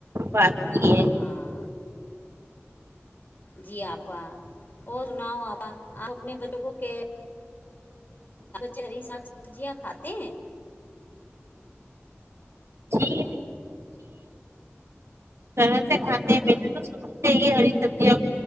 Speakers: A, on the right (about 75°); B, on the left (about 45°).
A: بات کی ہے
B: ہاں جی آپا اور سناؤ آپا آپ اپنے بچوں کو کیا چہری ساگ سبزیاں کھاتے ہیں
A: جی طرح سے کھاتے ہیں میں نے تو شروع سے ہی ہری سبزیاں